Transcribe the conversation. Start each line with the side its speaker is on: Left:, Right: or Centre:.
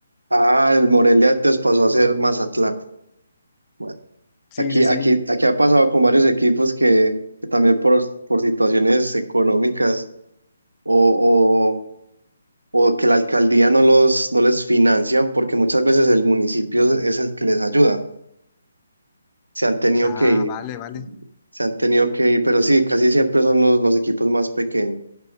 Right: ah, el Morelia antes pasó a ser Mazatlán. Bueno,
Left: Sí,
Right: aquí,
Left: sí, sí.
Right: aquí, aquí ha pasado con varios equipos que, que también por, por situaciones económicas o, o que la alcaldía no los, no les financian porque muchas veces el municipio es el que les ayuda. Se han tenido
Left: Ah,
Right: que ir,
Left: vale, vale.
Right: se han tenido que ir, pero sí, casi siempre son los, los equipos más pequeños,